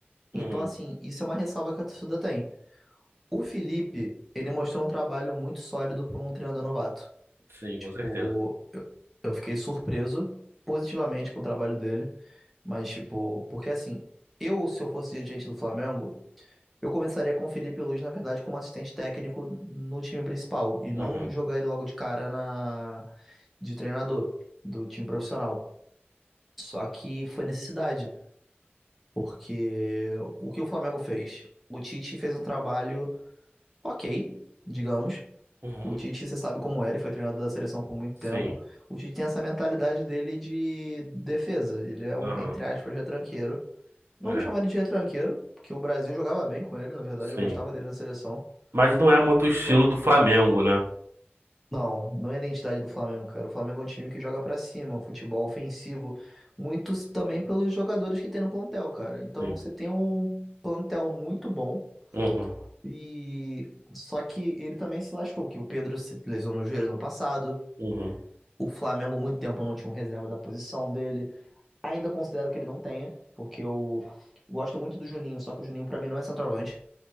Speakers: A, on the right (about 80°); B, in the centre.
A: uhum.
B: Então, assim, isso é uma ressalva que a torcida tem. O Felipe, ele mostrou um trabalho muito sólido para um treinador novato.
A: Sim,
B: Tipo,
A: com certeza.
B: eu, eu fiquei surpreso positivamente com o trabalho dele, mas, tipo, porque assim, eu, se eu fosse dirigente do Flamengo, eu começaria com o Felipe Luiz, na verdade, como assistente técnico no time principal, e não
A: Uhum,
B: jogar ele logo de cara na, de treinador do time profissional. Só que foi necessidade, porque o que o Flamengo fez? O Tite fez um trabalho. Ok, digamos.
A: uhum.
B: O Tite, você sabe como era, e foi treinador da seleção por muito tempo.
A: Sim,
B: O Tite tem essa mentalidade dele de defesa. Ele é um,
A: aham,
B: entre aspas, retranqueiro. Não
A: é,
B: vou chamar ele de retranqueiro, porque o Brasil jogava bem com ele, na verdade,
A: sim.
B: eu gostava dele na seleção.
A: Mas não é muito o estilo
B: Só-
A: do Flamengo, né?
B: Não, não é a identidade do Flamengo, cara. O Flamengo é um time que joga pra cima, um futebol ofensivo, muito também pelos jogadores que tem no plantel, cara. Então
A: Sim.
B: você tem um plantel muito bom.
A: Uhum.
B: E só que ele também se lascou, que o Pedro se lesionou o joelho no passado.
A: Uhum.
B: O Flamengo, há muito tempo, não tinha um reserva da posição dele. Ainda considero que ele não tenha, porque eu gosto muito do Juninho, só que o Juninho, pra mim, não é centroavante.